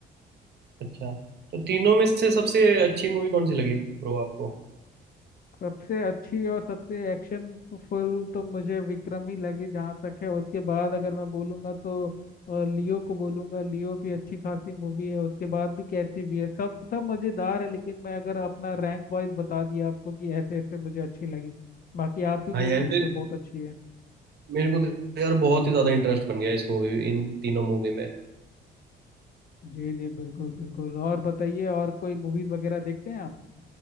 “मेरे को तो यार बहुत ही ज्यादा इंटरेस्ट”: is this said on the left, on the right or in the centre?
Right